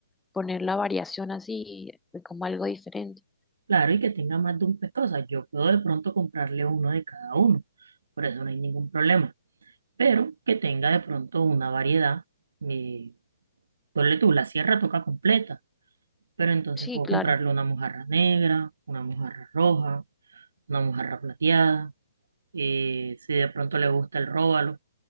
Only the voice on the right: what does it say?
Claro, y que tenga más de un pescado. O sea, yo puedo de pronto comprarle uno de cada uno, por eso no hay ningún problema. Pero que tenga de pronto una variedad. Eh, ponle tú, la sierra toca completa, pero entonces
puedo
comprarle una mojarra negra, una mojarra roja, una mojarra plateada. eh, si de pronto le gusta el róbalo,